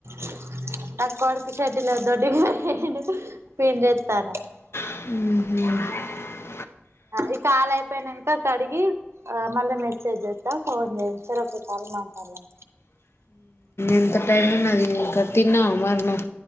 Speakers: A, on the right; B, on the left.
A: <unintelligible> <unintelligible>
B: ఉహ
A: ఈ కాల అయిపోయినానుక కడి ఆ మళ్ళీ మెసేజ్ చేస్తా ఫోన్ చేయండి సార్ ఒక కాల్ మాట్లాడదం.
B: ఎంత టైంలో అది ఇంక్కడ తిన్నావు మరణం